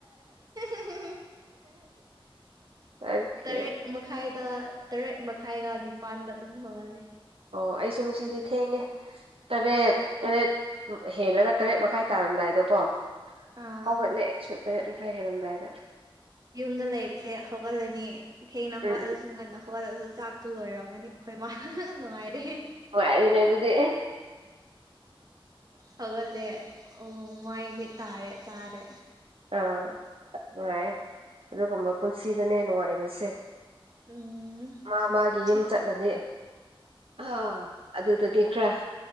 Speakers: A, on the right (about 40°); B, on the right (about 75°).
A: ꯍꯤ
B: ꯑꯣꯀꯦ
A: ꯇꯔꯦꯠ ꯃꯈꯥꯏꯗ ꯇꯔꯦꯠ ꯃꯈꯥꯏꯒ ꯅꯤꯄꯥꯟꯗ ꯑꯗꯨꯝ ꯍꯧꯒꯜꯂꯦ
B: ꯑꯣ ꯑꯩꯁꯨ ꯉꯁꯤꯗꯤ ꯊꯦꯡꯉꯦ ꯇꯥꯔꯦꯠ ꯇꯥꯔꯦꯠ ꯍꯦꯜꯂꯒ ꯇꯔꯦꯠ ꯃꯈꯥꯏ ꯇꯥꯔꯛ ꯔꯝꯗꯥꯏꯗꯀꯣ
A: ꯑꯥ
B: ꯍꯧꯒꯠꯂꯦ ꯑꯩꯁꯨ ꯇꯔꯦꯠꯃꯈꯥꯏ ꯍ‌ꯦꯜꯂꯝꯗꯥꯏꯗ
A: ꯌꯨꯝꯗ ꯂꯩꯕꯁꯦ ꯍꯧꯒꯠꯂꯅꯤ ꯊꯦꯡꯅ ꯍꯧꯒꯠꯂꯁꯨ
B: ꯎꯝ
A: ꯉꯟꯅ ꯍꯧꯒꯠꯂꯁꯨ ꯆꯥꯛꯇꯨ ꯂꯣꯏꯔꯝꯃꯅꯤ ꯑꯩꯈꯣꯏ ꯃꯥꯅ ꯅꯨꯡꯉꯥꯏꯔꯦ
B: ꯅꯨꯡꯉꯥꯏꯔ‌ꯦꯅꯦ ꯑꯗꯨꯗꯤ
A: ꯍꯧꯒꯠꯂꯦ ꯎꯝ ꯃꯥꯏ ꯃꯤꯠ ꯇꯥꯔꯦ ꯆꯥꯔ‌ꯦ
B: ꯑꯥ ꯅꯨꯡꯉꯥꯏꯌ‌ꯦ ꯑꯗꯨꯒꯨꯝꯕ ꯄꯨꯟꯁꯤꯗꯨꯅꯦ ꯅꯨꯡꯉꯥꯏꯕꯁꯦ
A: ꯎꯝ
B: ꯃꯥ ꯃꯥꯒꯤ ꯌꯨꯝ
A: ꯁꯤ
B: ꯆꯠꯂꯗꯤ ꯑꯥ ꯑꯗꯨꯗꯗꯤ ꯈꯔ